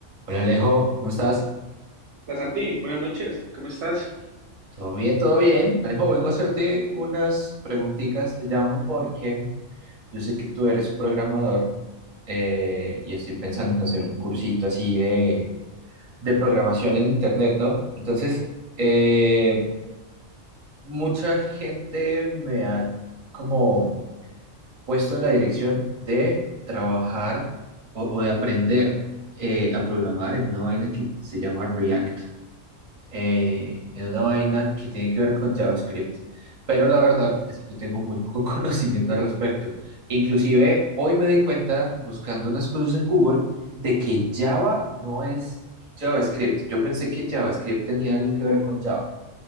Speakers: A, on the right; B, on the right.
A: Hola Alejo, ¿cómo estás?
B: Hola Santi, buenas noches, ¿cómo estás?
A: Todo bien, todo bien. Alejo, vengo a hacerte unas preguntitas, te llamo porque yo sé que tú eres programador eh, y estoy pensando en hacer un cursito así de, de programación en Internet, ¿no? Entonces, eh, mucha gente me ha como puesto en la dirección de trabajar o, o de aprender eh, a programar en una vaina que se llama React. eh, en una vaina que tiene que ver con JavaScript. Pero la verdad es que yo tengo muy poco <laughs> conocimiento al respecto. Inclusive hoy me di cuenta buscando unas cosas en Google de que Java no es JavaScript. Yo pensé que JavaScript tenía algo que ver con Java